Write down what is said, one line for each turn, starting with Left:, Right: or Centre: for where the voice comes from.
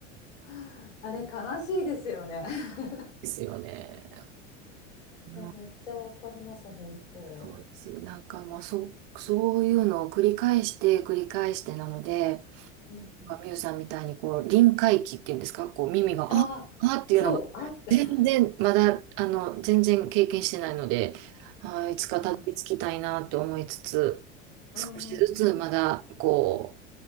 Left: <laughs> あれ、悲しいですよね。<laughs>
Right: ですよね。いや
Left: いや、めっちゃわかります、本当。
Right: そうです。なんかもうそう、そういうのを繰り返して繰り返してなので、
Left: うんうん。
Right: なんかミュウさんみたいにこう臨界期っていうんですか、こう耳が、
Left: ああ、
Right: ああっていうのが全然、
Left: そう、あ、<laughs>
Right: まだ、あの、全然経験してないので、あー、いつかたどり着きたいなって思いつつ、
Left: あ、うんうんうん。
Right: 少しずつまだ、こ